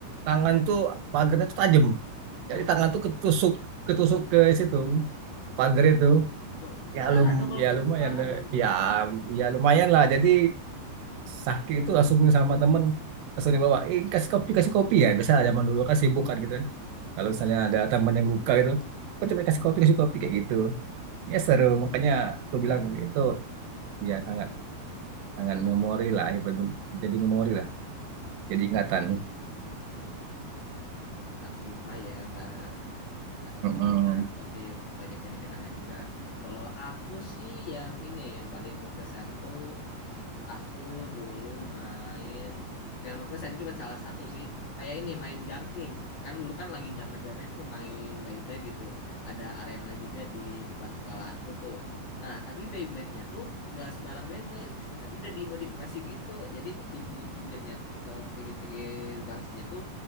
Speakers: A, on the right; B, on the left.
A: tangan tuh pagarnya tuh tajam.
B: <laughs> wah
A: Jadi tangan tuh ketusuk ketusuk ke situ pagar itu.
B: wah berdarah
A: Ya lum
B: dong kalau
A: ya
B: gitu
A: lumayan
B: parah
A: deh.
B: dong
A: Ya ya lumayan lah. Jadi sakit itu langsung sama temen langsung dibawa eh kasih kopi kasih kopi ya biasa zaman dulu kan sibuk kan gitu kan
B: hmm.
A: kalau misalnya ada teman yang luka gitu kok coba kasih kopi kasih kopi kayak gitu ya seru makanya aku bilang itu ya sangat sangat memori lah ya, jadi memori lah jadi ingatan
B: kan lupa ya nah, masa kecil
A: Mm-mm.
B: pasti banyak-banyak kenangan juga kalau aku sih yang ini ya, yang paling berkesan tuh Aku dulu main bukan maksudnya tadi cuma salah satu sih. Kayak ini main gangsing. Kan dulu kan lagi zaman-zamannya tuh main Beyblade gitu. Ada arena juga di depan sekolah aku tuh. Nah, tapi Beyblade-nya tuh gak sebarang Beyblade, tapi udah dimodifikasi gitu. Jadi di pinggir-pinggirnya tuh eh, pinggir-pinggir gangsingnya tuh